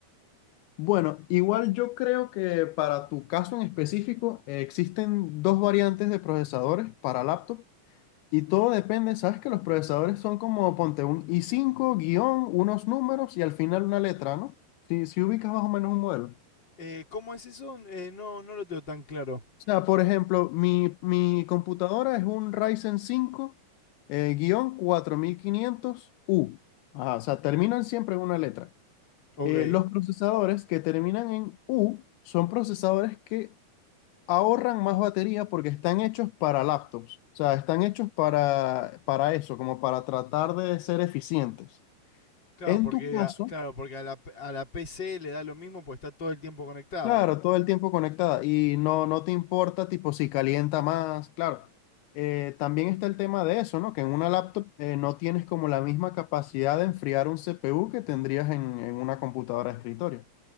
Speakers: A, on the left (about 80°); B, on the left (about 25°).
A: bueno, igual yo creo que para tu caso en específico eh, existen dos variantes de procesadores para laptop Y todo depende, sabes que los procesadores son como, ponte un i cinco guión, unos números y al final una letra, ¿no? Si, si ubicas más o menos un modelo.
B: Eh, ¿Cómo es eso? Eh, no, no lo tengo tan claro.
A: O sea, por ejemplo, mi, mi computadora es un Ryzen 5 eh, guión cuatro mil quinientos u Ajá, o sea, terminan siempre en una letra.
B: Ok.
A: Eh, los procesadores que terminan en U son procesadores que ahorran más batería porque están hechos para laptops. O sea, están hechos para, para eso, como para tratar de ser eficientes.
B: Claro,
A: En
B: porque,
A: tu caso,
B: a- claro, porque a, la, a la PC le da lo mismo porque está todo el tiempo conectada.
A: claro, todo el tiempo conectada y no, no te importa tipo si calienta más, claro. Eh, también está el tema de eso, ¿no? Que en una laptop eh, no tienes como la misma capacidad de enfriar un CPU que tendrías en, en una computadora de escritorio.